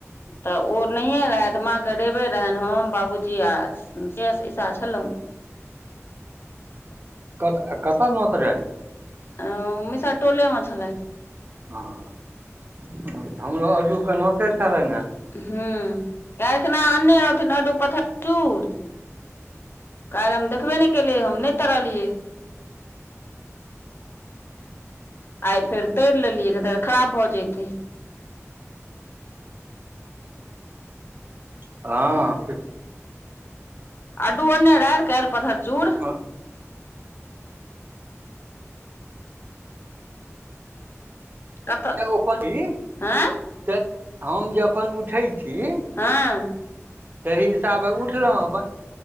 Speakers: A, on the left; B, on the right.
A: तऽ ओ नहिए रहथि माँके रेबे रहनि हम बाबूजी आस- - शेष ईशा छलौ।
B: कत -कतऽ नौत रहै।
A: अ ओ मिसा टोले मे छलनि।
B: ह हमरो अू के नोते छलैईना।
A: हु केल एखना अनने रहथिन अडडू पथ चूर- - काल्हि हम देखबे नहि केलियै हम नहि तैरलियै- - आइ फेर तैर लेलियै ने तऽ खराब भऽ जैते।
B: हँ- -
A: आड्डू ओन्ने राहैत काल्हि पतथर चूर- -
B: आऽ- -
A: कतऽ
B: ऐ ओ पण्डित
A: हँ
B: तऽ हम जे अपन उठै छि।
A: हँ- -
B: तही हिसाबे उठलहुँ अपन